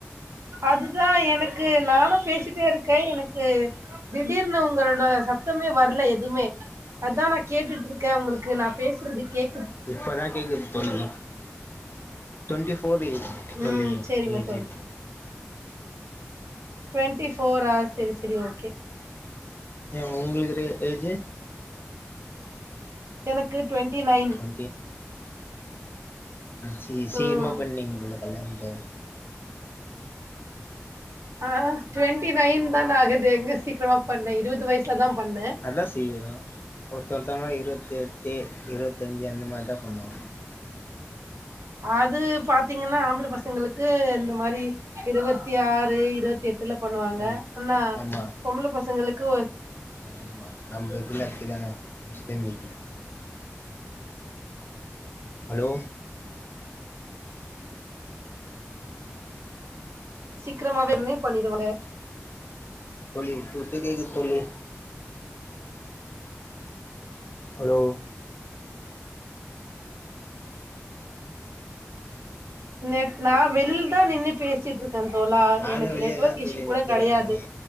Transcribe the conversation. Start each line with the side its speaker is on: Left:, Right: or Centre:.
Right: அதுதா எனக்கு நானும் பேசிட்டே இருக்கே எனக்கு திடீர்னு உங்களோட சத்தமே வர்ல எதுமே அதான் நா கேட்டுட்ருக்க உங்களுக்கு நா பேசுறது கே
Left: இப்பதா கேக்குது தோழி டொண்ட்டி ஃபோர் ஏஜ் தோழி
Right: ம் சேரிங்க
Left: ஏஜு
Right: தோழி டுவென்டி ஃபோரா செரி செரி ஓகே
Left: ஏ உங்களுக்கு ஏஜு
Right: எனக்கு டுவெண்ட்டி நைன்
Left: <unintelligible> சி சீக்கிராம
Right: ம்
Left: பண்ணீங்க போல கல்யாணத்த <inaudible>
Right: ஆ டு்வெண்ட்டி நைன் தானே ஆகுது எங்க சீக்கிரமா பண்ண இருவது வயசுலதா பண்ணே
Left: நல்லா செய்வியா ஒர்த்தொர்த்தங்க இருவத்தி எட்டு இருவத்தஞ்சு அந்த மார்தா பண்ணுவா
Right: அது பாத்தீங்கன்னா ஆம்பள பசங்களுக்கு இந்த மாரி இருவத்தி ஆறு இருவத்தி எட்டு ஃபில்லப் பண்ணுவாங்க
Left: ம்
Right: <unintelligible>
Left: ஆமா
Right: பொம்பள பசங்களுக்கு
Left: ஆமா நம்ம இதில அப்டி தானா முஸ்லிம் இதில் <inaudible> ஹலோ
Right: சீக்கிரமாவ <unintelligible> பண்ணிருவாங்க
Left: தோழி விட்டு விட்டு கேக்குது தோழி ஹலோ
Right: நேத் நா வெளில தா நின்னு பேசிட்டுருக் தோழா
Left: நானு
Right: எனக்கு
Left: வெளியதா
Right: நெட்வொர்க் இஸ்யூ
Left: தோழி
Right: கூட
Left: நிக்கிறே
Right: கெடையாது
Left: நானு